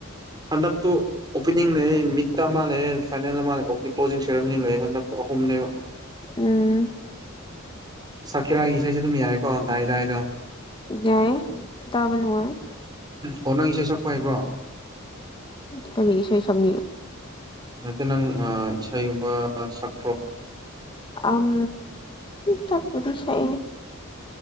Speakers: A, on the right (about 20°); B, on the left (about 20°).
A: ꯍꯟꯗꯛꯇꯨ ꯑꯣꯄꯅꯤꯡ ꯂꯩꯌꯦ ꯃꯤꯠꯇ ꯑꯃ ꯂꯩꯌꯦ ꯐꯥꯏꯅꯦꯜ ꯑꯃ ꯑꯣꯛꯇꯤ ꯀ꯭ꯂꯣꯖꯤꯡ ꯁꯦꯔꯝꯃꯅꯤ ꯂꯩꯌꯦ ꯍꯟꯗꯛ ꯑꯍꯨꯝꯅꯦꯕ
B: ꯎꯝ
A: ꯁꯈꯤꯔꯥꯒꯤ ꯏꯁꯩꯁꯦ ꯑꯗꯨꯝ ꯌꯥꯏ ꯑꯣ ꯗꯥꯏ ꯗꯥꯏꯗꯣ
B: ꯌꯥꯏꯌꯦ ꯇꯥꯕ ꯅꯨꯡꯉꯥꯏꯌꯦ
A: ꯑꯣ ꯅꯪ ꯏꯁꯩ ꯁꯛꯄ ꯍꯩꯕ꯭ꯔꯣ
B: ꯀꯔꯤ ꯏꯁꯩ ꯁꯛꯅꯤ
A: ꯅꯠꯇꯦ ꯅꯪ ꯑ ꯏꯁꯩ ꯒꯨꯝꯕ ꯁꯛ
B: ꯑꯝ ꯁꯛꯄꯨꯗꯤ ꯁꯛꯑꯦ